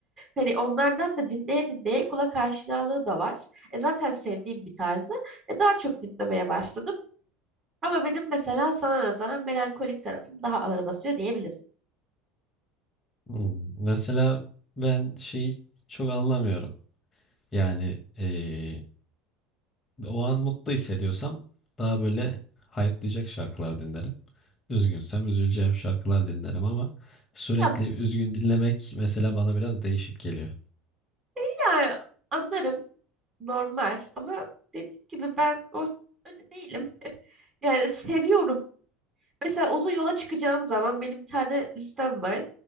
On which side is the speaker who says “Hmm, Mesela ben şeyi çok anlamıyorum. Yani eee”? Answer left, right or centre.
Left